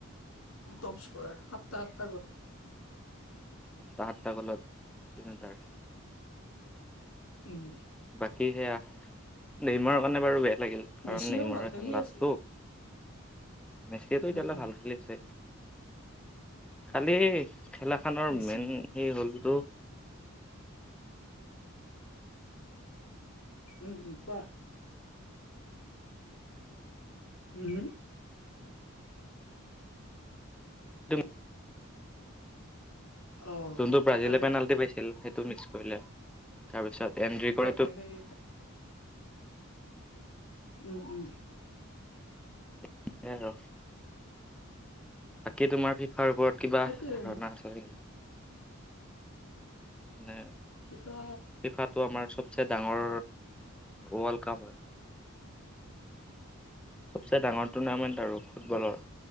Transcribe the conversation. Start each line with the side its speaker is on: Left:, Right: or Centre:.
Left: টপ স্কৰাৰ সাতটা সাতটা গ
Centre: সাতটা সাতটা গলত, তিনিওটাৰ।
Left: উম
Centre: বাকী সেয়া নেইমাৰৰ কাৰণে বাৰু বেয়া লাগিল, কাৰণ
Left: মেচিও
Centre: নেমাৰৰ
Left: ভাল খেলি
Centre: এখন লাষ্টটো
Left: আছে
Centre: মেচিয়েটো এতিয়ালে
Left: উম উম
Centre: ভাল খেলি আছে, কালি খেলাখনৰ
Left: মেচি
Centre: মেইন সেই হ'লতটো
Left: উ, কোৱা উ,
Centre: ম
Left: অ
Centre: যোনটো ব্ৰাজিলে
Left: তাকেতো
Centre: পেনাল্টি পাইছিল সেইটো মিক্স কৰিলে তাৰপিছত এণ্ট্ৰি কৰে
Left: তাকে সেই উম, উম,
Centre: স ৰ বাকী তোমাৰ ফিফাৰ ওপৰত কিবা
Left: সেইটোৱে
Centre: ধাৰণা আছে নেকি? মানে
Left: ফিফা
Centre: ফিফাটো আমাৰ চবচে ডাঙৰ ৱল ক্লাব হয়। চবচে ডাঙৰ টুৰ্ণামেণ্ট আৰু ফুটবলৰ।